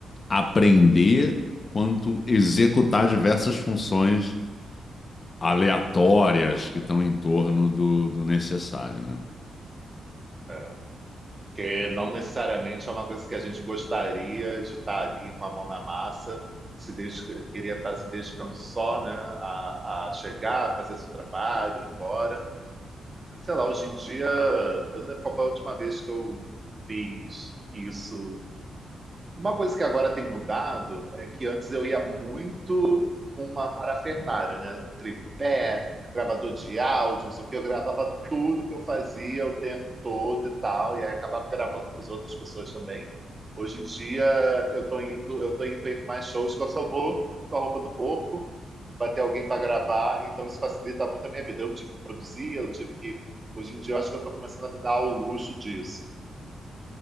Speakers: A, on the left; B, on the right.
A: aprender, quanto executar diversas funções aleatórias que estão em torno do, do necessário, né?
B: É. que não necessariamente é uma coisa que a gente gostaria de estar ali com a mão na massa, se dedica- queria estar se dedicando só, né, a, a chegar, fazer seu trabalho, ir embora. Sei lá, hoje em dia, eu não lembro qual foi a última vez que eu fiz isso uma coisa que agora tem mudado é que antes eu ia muito com uma parafernália, né? Tripé, gravador de áudio, não sei o quê. Eu gravava tudo que eu fazia o tempo todo e tal, e aí acabava gravando com as outras pessoas também. Hoje em dia eu tô indo, eu tenho feito mais shows que eu só vou com a roupa do corpo, vai ter alguém para gravar, então isso facilita muito a minha vida. Eu não tive que produzir, eu não tive que. Hoje em dia eu acho que eu tô começando a me dar o luxo disso.